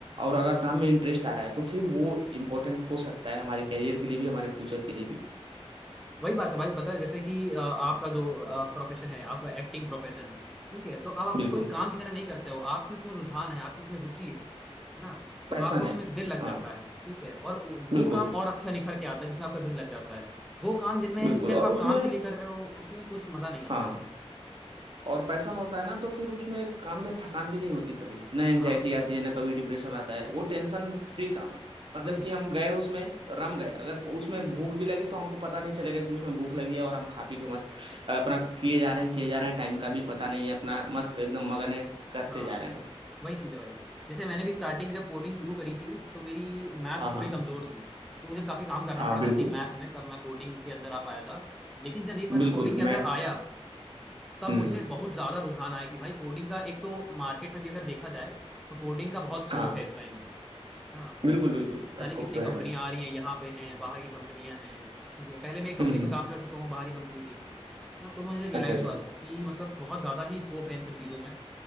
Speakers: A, on the right; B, in the centre.
A: और अगर काम में इंटरेस्ट आ रहा है तो फिर वो इम्पोर्टेंट हो सकता है हमारे करियर के लिए भी हमारे फ्यूचर के लिए भी
B: वही बात है भाई पता है जैसे कि अ, आपका जो प्रोफेशन है आपका एक्टिंग प्रोफेशन है ठीक है तो अब आप
A: बिल्कुल
B: उसको एक काम की तरह नहीं करते हो आपकी उसमें रुझान है आपकी उसमें रुचि है ना तो
A: पैसन
B: आपका उसमें
A: है
B: दिल लग
A: हाँ
B: जाता है ठीक है और वो
A: बिल्कुल
B: काम और अच्छा निखर के आता है जिसमें आपका दिल लग जाता है वो काम जिनमें
A: बिल्कुल
B: सिर्फ
A: और
B: आप
A: उसमें
B: काम के लिए कर रहे हो उसमें कुछ मजा नहीं आता
A: हाँ
B: है फिर
A: और पैशन होता है ना तो फिर उसमें काम में थकान भी नहीं होती कभी ना एंजाइटी
B: हाँ
A: आती है ना कभी डिप्रेशन आता है वो टेंशन फ्री काम है मतलब
B: वही चीज
A: कि हम गए उसमें रम गए अगर उसमें भूख भी लगी तो हमको पता नहीं चलेगा कि उसमें भूख लगी है और हम खा पी के मस्त अपना किए जा रहे हैं किए जा रहे हैं टाइम का भी पता नहीं है अपना मस्त एकदम मगन है करते
B: हाँ
A: जा रहे हैं मस्त
B: वही चीज़ है भाई जैसे मैंने भी स्टार्टिंग में जब कोडिंग शुरू करी थी तो मेरी मैथ
A: हाँ
B: थोड़ी
A: हाँ
B: कमजोर थी तो मुझे काफी काम करना
A: हाँ
B: पड़ा
A: बिल्कुल
B: था अपनी मैथ में तब मैं कोडिंग के अंदर आ पाया था लेकिन जब एक बार
A: बिल्कुल
B: मैं कोडिंग के
A: मैं
B: अंदर आया तब
A: हम्म
B: मुझे बहुत ज्यादा रुझान आया कि भाई कोडिंग का एक तो मार्केट में भी अगर देखा जाए तो कोडिंग का बहुत
A: हाँ
B: स्कोप है इस टाइम पे है ना
A: बिल्कुल बिल्कुल
B: जाने
A: स्कोप
B: कितनी
A: तो
B: कंपनियां
A: है भाई
B: आ रही हैं यहाँ पे हैं बाहर की कंपनियां हैं ठीक है पहले मैं एक कंपनी
A: हम्म
B: में
A: हम्म
B: काम कर चुका हूँ बाहर की कंपनी थी है ना तो मुझे रियलाइज
A: अच्छा अच्छा
B: हुआ कि मतलब बहुत ज्यादा ही स्कोप है इन सब चीजों में